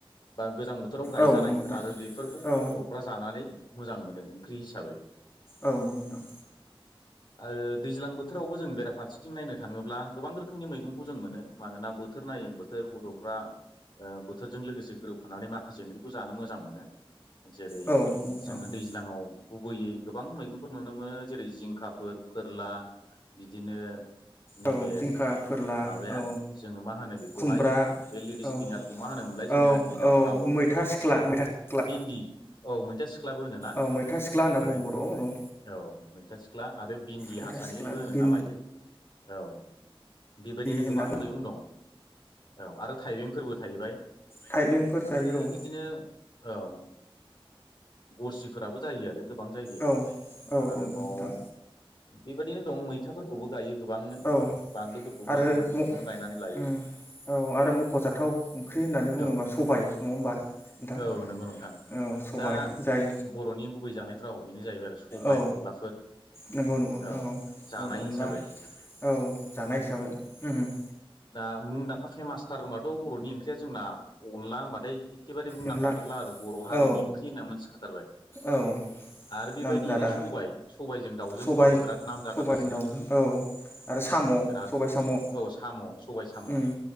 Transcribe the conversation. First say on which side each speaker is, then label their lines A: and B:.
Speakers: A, on the left; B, on the left.
A: बा गोजां बोथोर बोथोराव गायजानाय
B: औ नंगौ नोंथां
A: आरो बेफोरखौ
B: औ
A: बरफ्रा जानानै मोजां मोनो ओंख्रि हिसाबै।
B: औ नोंगौ नोंथां।
A: आरो दैज्लां बोथोरावबो जों बेराफारसेथिं नायनो थाङोब्ला गोबां रोखोमनि मैगंखौ जों मोनो मानोना बोथोर नायो बोथोर थोर बडफ्रा ओ बोथोरजों लोगोसे गोरोबफानानै माखासे ओंख्रिखौ जानो मोजां मोनो। जेरै
B: औ नंगौ नोंथां
A: जोङो दैज्लाङाव गुबैयै गोबां मैगंफोर नुनो मोनो जेरै जिंखाफोर, फोरला बिदिनो नैबे
B: औ जिंखा फोरला
A: माबाया
B: औ
A: जोङो मा होनो बे खौहाय
B: खुमब्रा
A: बे लेडिस
B: औ
A: फिंगारखौ मा होनोमोनलाय जोंनि
B: औ
A: हारिनि
B: औ
A: रावआव
B: मैथा सिख्ला मैथा सिख्ला
A: बिन्दि औ मैथा सिख्लाबो होनोना ओमफाय
B: औ मैथा सिख्ला होनना बुङो बर'आव औ
A: औ मैथा सिख्ला आरो भिन्दि
B: मैथा
A: हारसानिबो
B: सिख्ला
A: होनोना
B: भिन्दि
A: मायो औ बेबायदिनो
B: होनना
A: गोबां मैगं दं औ आरो थाइबेंफोरबो थाहैबाय
B: थाइबेंफोर जायो
A: आरो
B: औ
A: बिदिनो औ गरसिफोराबो जायो आरो गोबां जायगायाव
B: औ औ
A: आरोबाव
B: औ नोंथां
A: बेबायदिनो दं मैथाफोरखौबो गायो गोबांनो
B: औ
A: बानलुफोरखौबो
B: आरो
A: जोङो न'आवनो
B: मख'
A: गायना लायो।
B: उम औ आरो मखजाथाव ओंख्रि होननानै बुंङोबा
A: औ
B: सबाय नंङा होमबा नोंथां?
A: औ नंगौ
B: औ सबाय
A: दा
B: जाय
A: बर'नि गुबै जानायफ्राव बेनो जाहैबाय आरो सबाय
B: औ
A: अनलाफोर
B: नंगौ नंगौ नोंथां
A: औ
B: सबाय
A: जानाय
B: अनला
A: हिसाबै।
B: औ जानाय हिसाबै उम उम।
A: दा मुंदांखा फेमासथार होनबाथ' बर'नि ओंख्रिया जोंना अनला होनबाथाय एखेबारे बुंनां
B: अनला
A: खाथारला आरो बर हारिनि
B: औ
A: ओंख्रि होनना मोनथिखाथारबाय।
B: औ
A: आरो बेबायदियैनो
B: नामजादा
A: सबाय सबायजों दाउजों
B: सबाय
A: होनबाबो बिराद नामजादा
B: सबायजों
A: थारसै।
B: दाउजों औ आरो साम'
A: बिराद
B: सबाय साम'
A: औ साम' सबाय साम'
B: उम